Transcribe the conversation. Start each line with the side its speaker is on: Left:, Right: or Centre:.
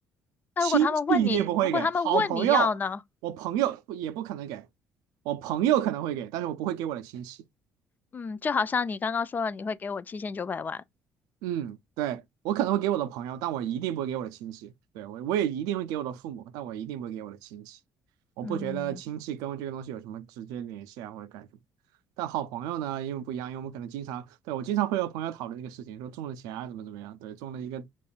Left: 那如果他们问你，
Right: 亲戚一定不会给，
Left: 如果他们问你要呢？
Right: 好朋友，我朋友不也不可能给，我朋友可能会给，但是我不会给我的亲戚。
Left: 嗯，就好像你刚刚说了，你会给我七千九百万。
Right: 嗯，对，我可能会给我的朋友，但我一定不会给我的亲戚。对，我我也一定会给我的父母，但我一定不会给我的亲戚。我不觉得亲戚跟这个东西有什么直接联系啊，
Left: 嗯，
Right: 或者干什么。但好朋友呢，因为不一样，因为我们可能经常，对，我经常会和朋友讨论这个事情，说中了钱啊，怎么怎么样，对，中了一个